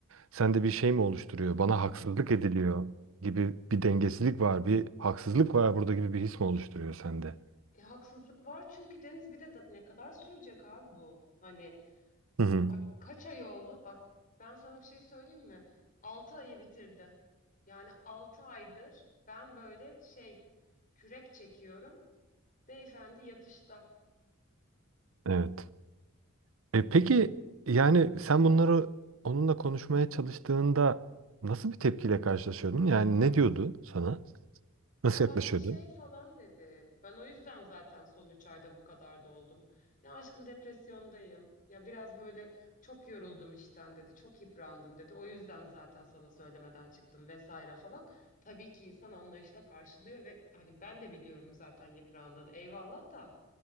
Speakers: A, on the right; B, on the left.
A: sende bir şey mi oluşturuyor? Bana haksızlık ediliyor gibi bir dengesizlik var, bir haksızlık var burada gibi bir his mi oluşturuyor sende?
B: E, haksızlık var çünkü Deniz bir de da- ne kadar sürecek abi bu? Hani
A: Hı hı.
B: bak kaç ay oldu? Bak ben sana bir şey söyleyeyim mi? altı ayı bitirdi. Yani 6 aydır ben böyle şey kürek çekiyorum. Beyefendi yatışta.
A: Evet. E, peki yani sen bunları onunla konuşmaya çalıştığında nasıl bir tepkiyle karşılaşıyordun? Yani ne diyordu sana? Nasıl
B: Ya başta
A: yaklaşıyordu?
B: şey falan dedi. Ben o yüzden zaten son 3 ayda bu kadar da oldum. Ya aşkım depresyondayım. Ya biraz böyle çok yoruldum işten dedi. Çok yıprandım dedi. O yüzden zaten sana söylemeden çıktım vesaire falan. Tabii ki insan anlayışla karşılıyor ve hani ben de biliyorum zaten yıprandığını. Eyvallah da.